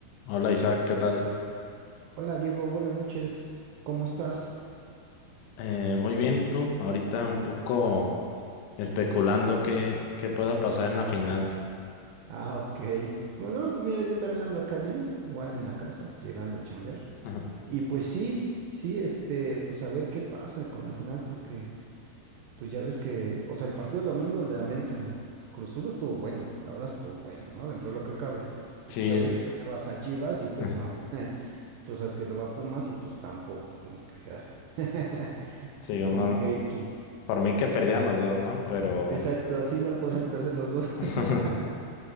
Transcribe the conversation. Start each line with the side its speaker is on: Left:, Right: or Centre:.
Left: Hola Isaac, ¿qué tal?
Right: Hola Diego, buenas noches. ¿Cómo estás?
Left: Eh, muy bien, ¿y tú? Ahorita un poco
Right: <laughs>
Left: especulando
Right: Eh,
Left: qué, qué pueda pasar en la final.
Right: Ah, ok. Bueno, pues mira, yo también ando acá bien, igual en la casa, pues llegando a chambear.
Left: Ajá.
Right: Y pues sí, sí, este, pues a ver qué pasa con la final, porque pues ya ves que, o sea, el partido del domingo, el de América Cruz Azul estuvo bueno, la verdad estuvo bueno, ¿no? Dentro de lo que cabe. Porque, Pues
Left: Sí,
Right: yo sé que tú le vas a Chivas y pues
Left: <laughs>
Right: no. <laughs> Tú sabes que le va a Pumas y pues tampoco, como que, ay, <laughs>
Left: sí, uno,
Right: como que X.
Left: por mí que perdían los dos, ¿no? Pero,
Right: Exacto, sí, no podrían perder los dos. <laughs>
Left: <laughs>